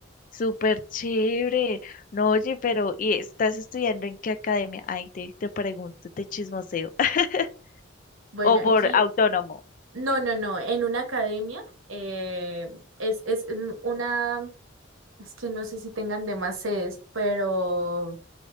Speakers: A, on the left; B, on the right.
A: súper chévere. No, oye, pero ¿y estás estudiando en qué academia? Ay, te, te pregunto, te chismoseo. <laughs>
B: Bueno,
A: O por
B: aquí
A: autónomo.
B: No, no, no, en una academia eh, es, es un- una, es que no sé si tengan demás sedes, pero